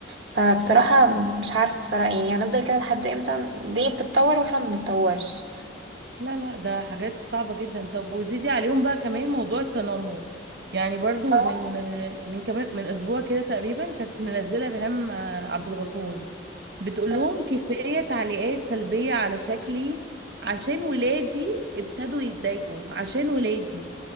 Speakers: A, on the right; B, on the right.
A: فبصراحة مش عارفة بصراحة يعني هنفضل كده لحد امتى الدنيا بتتطور واحنا ما بنتطورش
B: لا لا ده حاجات صعبة جدا طب وزيدي عليهم بقى كمان موضوع التنمر يعني برضو
A: اه
B: من من كمان من اسبوع كده تقريبا كانت منزلة ريهام آه، عبد الغفور بتقول
A: مم.
B: لهم كفاية تعليقات سلبية على شكلي عشان ولادي ابتدوا يتضايقوا عشان ولادي